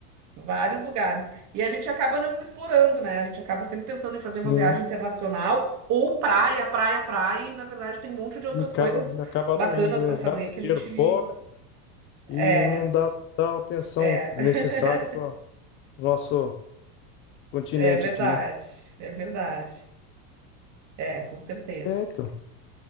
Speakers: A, on the right (about 40°); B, on the left (about 30°).
A: vários lugares. E a gente acaba não explorando, né? A gente acaba sempre pensando em fazer
B: Sim.
A: uma viagem internacional ou praia, praia, praia. E na verdade tem um monte de outras
B: E acaba,
A: coisas
B: acaba
A: bacanas
B: não indo, né?
A: para fazer
B: Gasta
A: que a
B: dinheiro
A: gente.
B: fora e
A: É,
B: não dá, dá a atenção
A: é.
B: necessária para
A: <laughs>
B: o nosso continente
A: É verdade,
B: aqui, né?
A: é verdade. É, com certeza.
B: É, então.